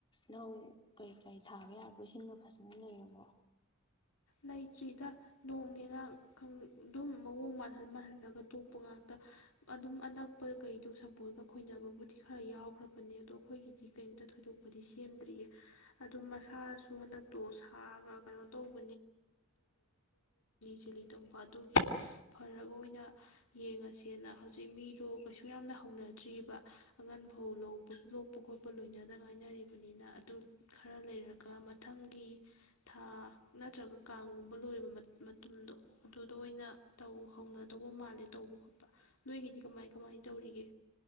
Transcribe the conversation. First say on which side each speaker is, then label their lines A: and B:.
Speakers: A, on the left; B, on the left.
A: ꯂꯧ ꯀꯩꯀꯩ ꯊꯥꯕ ꯌꯥꯕꯣ ꯏꯁꯤꯡꯗꯣ ꯐꯖꯅ ꯂꯩꯔꯃꯣ꯫
B: ꯂꯩꯇ꯭ꯔꯤꯗ ꯅꯣꯡꯅꯦꯅ ꯑꯗꯨꯝ ꯃꯑꯣꯡ ꯃꯥꯜꯍꯟ ꯃꯥꯜꯍꯜꯂꯒ ꯇꯣꯛꯄ ꯉꯥꯛꯇ ꯑꯗꯨꯝ ꯑꯅꯛꯄ ꯀꯩꯗꯣ ꯁꯝꯄꯣꯠꯀ ꯈꯣꯏꯅꯕꯕꯨꯗꯤ ꯈꯔ ꯌꯥꯎꯈ꯭ꯔꯕꯅꯦ ꯑꯗꯣ ꯑꯩꯈꯣꯏꯒꯤꯗꯤ ꯀꯩꯅꯣꯝꯇ ꯊꯣꯏꯗꯣꯛꯄꯗꯤ ꯁꯦꯝꯗ꯭ꯔꯤꯌꯦ ꯑꯗꯨ ꯃꯁꯥꯁꯨ ꯍꯟꯗꯛꯇꯣ ꯁꯥꯒ ꯀꯩꯅꯣ ꯇꯧꯕ ꯆꯤꯂꯤ ꯇꯧꯕ ꯑꯗꯨꯒꯤ ꯐꯔꯒ ꯑꯣꯏꯅ ꯌꯦꯡꯉꯁꯦꯅ ꯍꯧꯖꯤꯛ ꯃꯤꯗꯣ ꯀꯩꯁꯨ ꯌꯥꯝꯅ ꯍꯧꯅꯗ꯭ꯔꯤꯕ ꯑꯉꯟꯐꯧ ꯂꯧꯕ ꯂꯣꯛꯄ ꯈꯣꯠꯄ ꯂꯣꯏꯅꯗ ꯉꯥꯏꯅꯔꯤꯕꯅꯤꯅ ꯑꯗꯨ ꯈꯔ ꯂꯩꯔꯒ ꯃꯊꯪꯒꯤ ꯊꯥ ꯅꯠꯇ꯭ꯔꯒ ꯀꯥꯡꯒꯨꯝꯕ ꯂꯣꯏꯕ ꯃꯇꯨꯡꯗꯣ ꯑꯗꯨꯗ ꯑꯣꯏꯅ ꯇꯧ ꯍꯧꯅꯗꯧꯕ ꯃꯥꯜꯂꯦ ꯇꯧꯕ ꯈꯣꯠꯄ ꯅꯣꯏꯒꯤꯗꯤ ꯀꯃꯥꯏ ꯀꯃꯥꯏ ꯇꯧꯔꯤꯒꯦ꯫